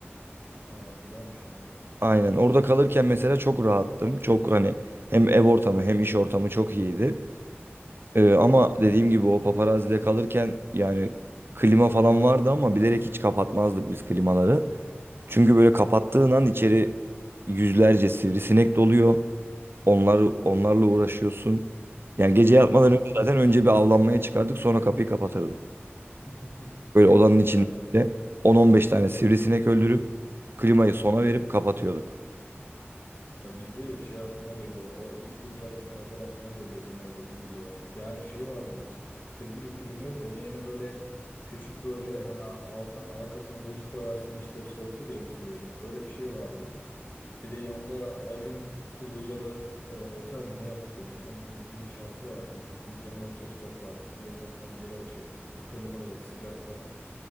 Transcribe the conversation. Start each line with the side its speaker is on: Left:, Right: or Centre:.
Left: Aa, güzelmiş ama.
Right: Aynen orada kalırken mesela çok rahattım. Çok hani hem ev ortamı hem iş ortamı çok iyiydi. Ee, ama dediğim gibi o paparazide kalırken yani klima falan vardı ama bilerek hiç kapatmazdık biz klimaları. Çünkü böyle kapattığın an içeri yüzlerce sivrisinek doluyor. Onlar, onlarla uğraşıyorsun. Yani gece yatmadan
Left: Hı hı.
Right: önce zaten önce bir avlanmaya çıkardık sonra kapıyı kapatırdık.
Left: <laughs>
Right: Böyle odanın içinde
Left: Ya
Right: on on beş tane sivrisinek öldürüp klimayı sona verip kapatıyorduk.
Left: Ya bizde şey aklıma geliyor bak o 3 gün çalıştım otel aklıma geliyor sen öyle deyince ya. Yani şey vardı işte dediğim gibi klima yoktu onun yerine böyle küçük böyle hani altın arkasına buz koyarsın işte soğutur ya bir süreliğine öyle bir şey vardı. Bir de yanda Acun Ilıcalı e, otel mi ne yaptırıyormuş onun in- inşaatı vardı. Bir yandan toz toprak bir yandan pencere açık klima yok sıcak falan